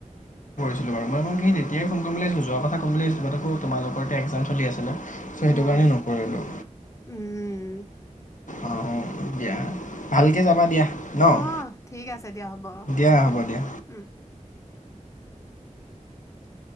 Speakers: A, on the left; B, on the left.
A: ৱা বাৰ মই সেই তেতিয়াই ফোনম বুলি ভাবিছিলো, যোৱা কথা কম বুলি ভাবিছিলো, আকৌ তোমালোকৰতো একযাম চলি আছিলে। সেইটো
B: অ',
A: কাৰণে নকৰিলোঁ
B: উম।
A: অ', ' দিয়া, ভালকে যাবা দিয়া। ন'
B: আহ ঠিক আছে দিয়া হ'ব অ',
A: দিয়া হ'ব দিয়া।
B: উম। <inaudible>